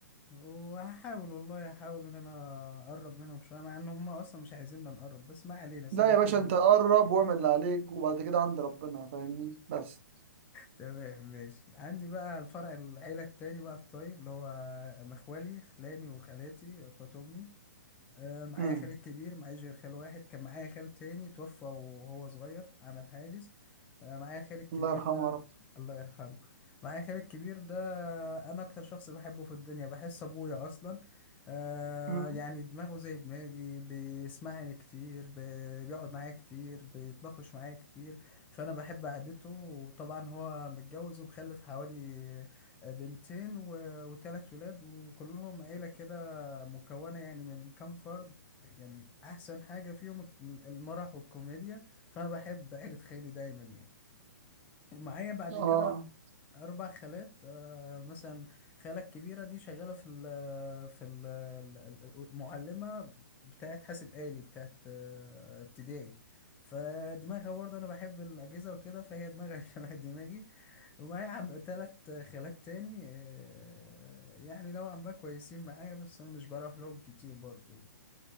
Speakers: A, on the left; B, on the right.
A: وهحاول والله هحاول ان انا اقرب منهم شويه مع ان هم اصلا مش عايزيننا نقرب بس ما علينا سيبك
B: لا يا باشا
A: منهم
B: انت
A: ده
B: قرب
A: <laughs>
B: واعمل اللي عليك وبعد كده عند ربنا فاهمني بس
A: تمام ماشي عندي بقى الفرع العيله التاني بقى الطيب اللي هو مخوالي خلاني وخالاتي اخوات امي آه، معايا
B: مم.
A: خال كبير معايش غير خال واحد كان معايا خال تاني توفى وهو صغير عمل حادث آه، معايا خال الكبير
B: الله يرحمه
A: ده
B: يا رب
A: الله يرحمه معايا خال الكبير ده انا اكتر شخص بحبه في الدنيا بحس ابويا اصلا آه
B: مم.
A: يعني دماغه زي دماغي بيسمعني كتير بي- بيقعد معايا كتير بيتناقش معايا كتير فانا بحب قعدته وطبعا هو متجوز ومخلف حوالي بنتين و- وتلات ولاد وكلهم عيلة كده مكونة يعني من كام فرد يعني أحسن حاجة فيهم ال- المرح والكوميديا فأنا بحب عيلة خالي دايما يعني ومعايا بعد
B: اه
A: كده أربع خالات آه، مثلا خالة الكبيرة دي شغالة في ال في ال المعلمة بتاعت حاسب آلي بتاعت آه، ابتدائي فدماغها برضه أنا بحب الأجهزة وكده فهي دماغها <laughs> شبه دماغي ومعايا عم تلات خالات تاني آه، يعني نوعا ما كويسين معايا بس أنا مش بروح لهم كتير برضه يعني